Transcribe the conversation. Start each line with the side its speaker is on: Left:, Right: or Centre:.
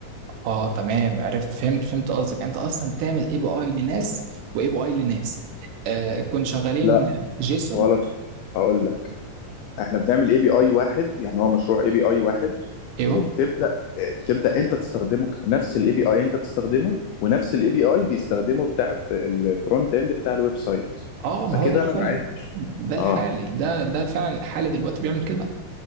Right: اه تمام عرفت فهمت فهمت قصدك انت اصلا بتعمل اي بي اي لناس واي بي اي لناس آه كنت شغالين
Left: لا
Right: جيسون
Left: غلط هقول لك احنا بنعمل اي بي اي واحد يعني هو مشروع اي بي اي واحد
Right: ايوه
Left: وبتبدا بتبدا انت تستخدمه ك- نفس الاي بي اي انت بتستخدمه ونفس الاي بي اي بيستخدمه بتاع الف- الفرونت اند بتاع الويب سايت
Right: اه ما
Left: فكده
Right: هو ده فعلا
Left: انا معايا
Right: ده الحالي
Left: اه
Right: ده ده فعلا الحالي دلوقتي بيعمل كده